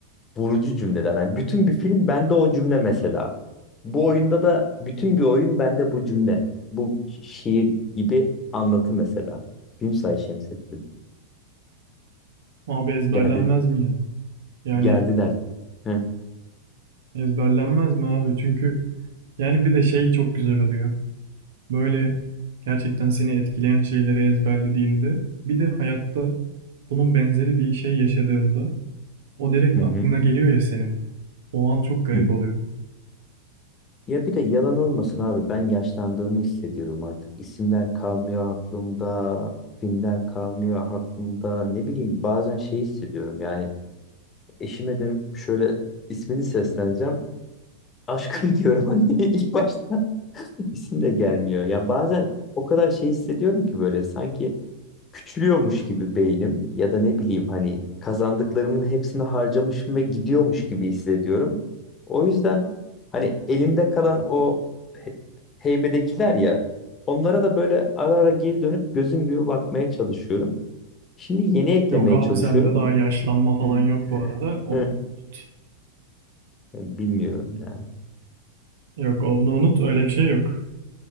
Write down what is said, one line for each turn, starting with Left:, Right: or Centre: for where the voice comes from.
Left: vurucu cümleler. Hani bütün bir film bende o cümle mesela. Bu oyunda da bütün bir oyun bende bu cümle. Bu şi- şiir gibi anlatı mesela. Günsay Şemsettin.
Right: Abi ezberlenmez
Left: Geldi,
Right: mi ya? Yani
Left: geldiler. Heh,
Right: ezberlenmez mi abi? Çünkü yani bir de şey çok güzel oluyor. Böyle gerçekten seni etkileyen şeyleri ezberlediğinde bir de hayatta bunun benzeri bir şey yaşadığında o direkt
Left: Hı
Right: aklına
Left: hı.
Right: geliyor ya senin. O an çok garip
Left: Hı hı.
Right: oluyor.
Left: Ya bir de yalan olmasın abi ben yaşlandığımı hissediyorum artık. İsimler kalmıyor aklımda, filmler kalmıyor aklımda. Ne bileyim bazen şey hissediyorum yani eşime dönüp şöyle ismini sesleneceğim. Aşkım <laughs> diyorum hani ilk başta isim de gelmiyor. Ya bazen o kadar şey hissediyorum ki böyle sanki küçülüyormuş gibi beynim ya da ne bileyim hani kazandıklarımın hepsini harcamışım ve gidiyormuş gibi hissediyorum. O yüzden hani elimde kalan o he- heybedekiler ya onlara da böyle ara ara geri dönüp gözüm gibi bakmaya çalışıyorum. Şimdi yeni eklemeye
Right: Yok abi
Left: çalışıyorum.
Right: sende daha yaşlanma falan
Left: Hı.
Right: yok bu arada. Onu
Left: Hı.
Right: unut.
Left: Bilmiyorum ya.
Right: Yok onu unut öyle bir şey yok.